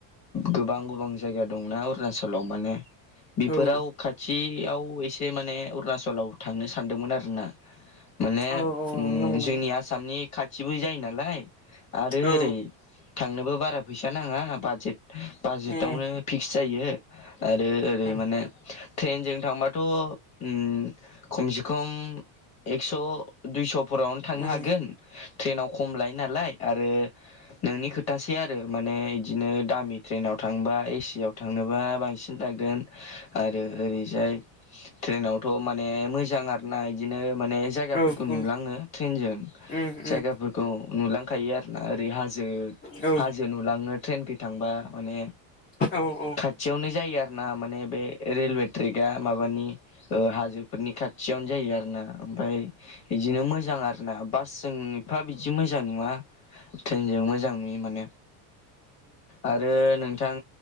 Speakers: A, on the left; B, on the left.
A: गोबां गोबां जायगा दंना अरुणाचलाव माने बेफोराव
B: उम
A: खाथियाव एसे माने अरुणचलाव थांनो सानदोंमोन आरो ना। माने
B: औ औ नंगौ
A: जोंनि
B: नामा
A: आसामनि खाथिबो जायो नालाय। आरो
B: औ
A: ओरै थांनो बारा फैसा नाङा बाजेट बाजेटआवनो
B: उम उम
A: फिक्स जायो। आरो ओरै
B: उम
A: माने ट्रेनजों थांबाथ' उम खमसे खम एक्स' दुइस'फोरावनो
B: उम
A: थांनो हागोन
B: उम
A: ट्रेनाव खम लायो। नालाय आरो नोंनि खोथासै आरो माने बिदिनो दामि ट्रेनाव थांबा एसि आव थांनोबा बांसिन थागोन आरो ओरैजाय ट्रेनावथ' माने मोजां मोजां आरोना बिदिनो माने जायगाफोरखौ
B: औ
A: नुलाङो
B: उम
A: ट्रेनजों
B: उम उम
A: जायगाफोरखौ।
B: औ उम
A: नुलांखायो आरोना ओरै हाजो
B: औ
A: हाजो नुलांनो ट्रेनखै थांबा माने
B: औ औ
A: खाथियावनो जायो आरो ना माने बे रेलवे ट्रेकआ। माबानि ओ हाजोफोरनि खाथियावनो जायो आरो ना ओमफ्राय बिदिनो मोजां आरो ना बासजोंफा बिदि बिदि मोजां नुङा ट्रेनजों मोजां नुयो माने। आरो नोंथां